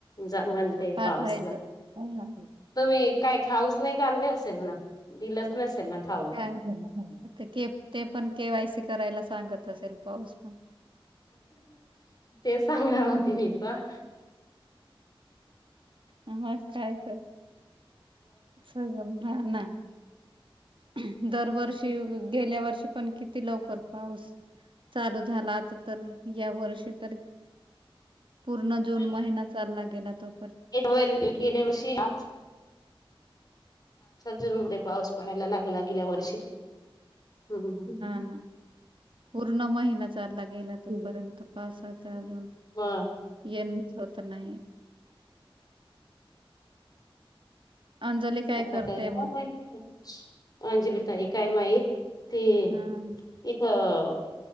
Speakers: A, on the left; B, on the right.
A: ज म्हणते
B: पाठवायचं
A: पाऊसला
B: हा,
A: तुम्ही. काय खाऊस नाही घाल्ले असेल ना दिलच नाही असेल ना. खाऊ
B: काय के ते पण केवायसी करायला सांगत असेल. पाऊस पण
A: ते सांगणार होती मी तर
B: आ म्हाग काय तर सगम ना <inaudible> दरवर्षी गेल्या वर्षी पण किती लवकर पाऊस चालू झाला आता, तर या वर्षी तर पूर्ण
A: केवायसी
B: जून महिना चालला गेला तो.
A: गेल्या वर्षी आ जून मध्ये पाऊस पडायला लागला गेल्या वर्षी हम्म
B: हम पूर्ण महिना चालला गेला तोपर्यंत पासाून
A: मग
B: ये <inaudible> हो होत नाही. अंजली काय
A: आता
B: करतेय
A: काही काय
B: म्हटलं
A: नाही. अंजलिताई काय माहीत ती
B: हा
A: तिथं